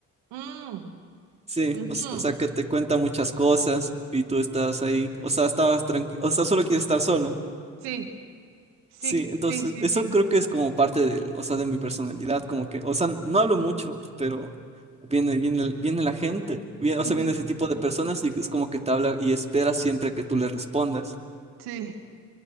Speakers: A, on the right; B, on the right.
A: Mm,
B: sí,
A: ujú.
B: o, s- o sea, que te cuenta muchas cosas, y tú estás ahí, o sea, estabas tranquilo, o sea, solo quieres estar solo.
A: Sí, sí,
B: Sí, entonces
A: sí, sí,
B: eso
A: sí.
B: creo que es como parte de, o sea, de mi personalidad, como que, o sea, no hablo mucho, pero viene, viene, el- viene la gente, viene- o
A: Ujú,
B: sea, viene ese tipo de personas y es como que te habla y espera siempre que tú le respondas.
A: Sí.